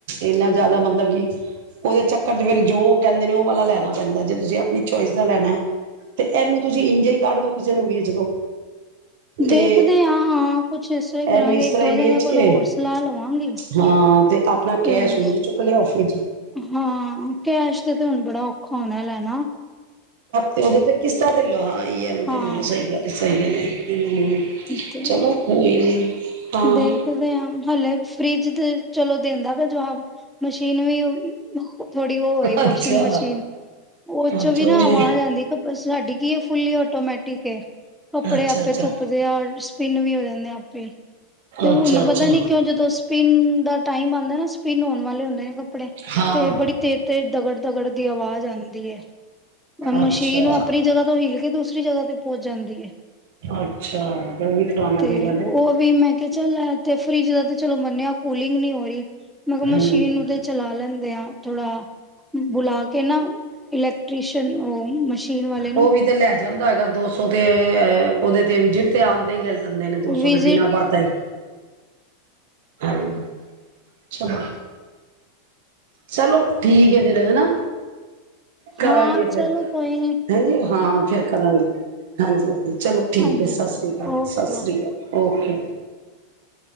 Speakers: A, on the right; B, in the centre.
A: ਇਨ੍ਹਾਂ ਜ਼ਿਆਦਾ ਮਤਲਬ ਕਿ ਉਹਦੇ ਚੱਕਰ ਚ ਫਿਰ ਜੋ ਕਹਿੰਦੇ ਨੇ ਉਹ ਵਾਲਾ ਲੈਣਾ ਪੈਂਦਾ ਜੇ ਤੁਸੀਂ ਆਪਣੀ ਚੋਇਸ ਦਾ ਲੈਣਾ ਤੇ ਇਹਨੂੰ ਤੁਸੀਂ ਇੰਜੇ ਹੀ ਕੱਢ ਦੋ ਕਿਸੇ ਨੂੰ ਵੇਚ ਦੋ
B: ਦੇਖਦੇ
A: ਤੇ
B: ਹਾਂ ਹਾਂ ਕੁਛ ਇਸ ਲਈ ਕਰਾਂਗੇ
A: ਇਹਨੂੰ ਇਸ ਤਰ੍ਹਾਂ
B: ਇੱਕ ਦੋ
A: ਹੀ
B: ਜਣੇ
A: ਵੇਚ
B: ਕੋਲੋਂ
A: ਕੇ
B: ਹੋਰ ਸਲਾਹ ਲਵਾਂਗੇ
A: ਹਾਂ ਤੇ ਆਪਣਾ ਕੈਸ਼
B: ਤੇ
A: ਉਝ ਚੁੱਕ ਲਿਆਓ ਫਰਿੱਜ
B: ਹਾਂ ਕੈਸ਼ ਤੇ ਹੁਣ ਬੜਾ ਔਖਾ ਹੋਣਾ ਲੈ ਨਾ
A: ਤੇ ਉਹਦੇ ਤੇ ਕਿਸਤਾਂ ਤੇ ਲੈ ਲਓ ਹੈ ਈ ਐੱਮ ਆਈ ਤੇ
B: ਹਾਂ।
A: ਲੈਲੋ ਸਹੀ ਗੱਲ ਸਹੀ ਗੱਲ ਹੂੰ।
B: ਤੇ
A: ਚਲੋ ਕੋਈ ਨੀ ਹਾਂ
B: ਦੇਖਦੇ ਹਲੇ ਫਰਿੱਜ ਦੇ ਚਲੋ ਦਿੰਦਾ ਫੇਰ ਜਵਾਬ ਮਸ਼ੀਨ ਵੀ ਥੋੜੀ ਉਹ ਹੋਈ ਵਾਸ਼ਿੰਗ
A: ਅੱਛਾ
B: ਮਸ਼ੀਨ ਉਹ ਚੋਂ
A: ਅੱਛਾ
B: ਵੀ ਨਾ
A: ਉਹੀ
B: ਆਵਾਜ਼ ਆਉਂਦੀ ਸਾਡੀ ਕੀ ਹੈ ਫੁਲੀ ਆਟੋਮੈਟਿਕ ਏ ਕੱਪੜੇ
A: ਅੱਛਾ
B: ਆਪੇ
A: ਅੱਛਾ
B: ਧੁੱਪਦੇ ਆ ਓਰ ਪਿੰਨ ਵੀ ਹੋ ਜਾਂਦੇ ਆ ਆਪੇ। ਤੇ ਹੁਣ
A: ਅੱਛਾ ਅੱਛਾ
B: ਪਤਾ ਨੀ ਕਿਉਂ ਜਦੋਂ ਸਪਿੰਨ ਦਾ ਟਾਈਮ ਆਂਦਾ ਨਾ ਸਪਿੰਨ ਹੋਣ ਵਾਲੇ ਹੁੰਦੇ ਨੇ ਕਪ ਕੱਪੜੇ
A: ਹਾਂ
B: ਤੇ ਬੜੀ ਤੇਜ਼ ਤੇਜ਼ ਦਗੜ ਦਗੜ ਦੀ ਆਵਾਜ਼ ਆਂਦੀ ਹੈ। ਮਸ਼ੀਨ
A: ਅੱਛਾ
B: ਨੂੰ ਆਪਣੀ ਜਗ੍ਹਾ ਤੋਂ ਹਿਲ ਦੂਸਰੀ ਜਗਾ ਤੇ ਪਹੁੰਚ ਜਾਂਦੀ ਹੈ।
A: ਅੱਛਾ ਦੇਵੀ ਕਰਾਣਾ
B: ਤੇ
A: ਪੇਗਾ ਨਈ।
B: ਉਹ ਵੀ ਮੈਂ ਕਿਹਾ ਚੱਲ ਐ ਤੇ ਫਰਿਜ ਦਾ ਤੇ ਚਲੋ ਮੰਨਿਆ ਕੂਲਿੰਗ ਨਹੀ ਹੋ ਰਹੀ। ਮੈਂ ਕਿਹਾ
A: ਹਮ
B: ਮਸ਼ੀਨ ਨੂੰ ਤੇ ਚਲਾ ਲੈਂਦੇ ਆ ਥੋੜਾ ਬੁਲਾ ਕੇ ਨਾ ਇਲੈਕਟ੍ਰੀਸ਼ਨ ਉਹ ਮਸ਼ੀ ਸੀ਼ਨ ਵਾਲੇ ਨੂੰ।
A: ਉਹ ਵੀ ਤੇ ਲੈ ਜਾਂਦਾ ਹੈਗਾ ਦੋ ਸੋ ਤੇ ਉਹਦੇ ਤੇ ਵਿਜਿਟ ਤੇ ਆਉਣ ਦੇ ਈ ਲੈ ਦੇ ਨੇ ਦੋ
B: ਵਿਜਿਟ
A: ਸੋ ਤੇ ਬਿਨਾਂ ਬਾਤਾਂ ਈ। <unintelligible> ਚਲੋ। ਚਲੋ। ਠੀਕ ਹੈ ਫੇਰ ਹੈਨਾ ਕਰਾਂਗੇ
B: ਹਾਂ ਚਲੋ
A: ਫਿਰ
B: ਕੋਈ ਨੀ
A: ਹਾਂਜੀ ਹਾਂ ਫਿਰ ਕਰਾਂਗੇ ਹਾਂਜੀ ਹਾਂਜੀ ਚਲੋ ਠੀਕ
B: ਹਾਂਜੀ
A: ਹੈ ਸਤਿ ਸ੍ਰੀ ਅਕਾਲ।
B: ਓਕੇ
A: ਸਤਿ ਸ਼੍ਰੀ
B: ਓਕੇ
A: ਅਕਾਲ। ਓਕੇ।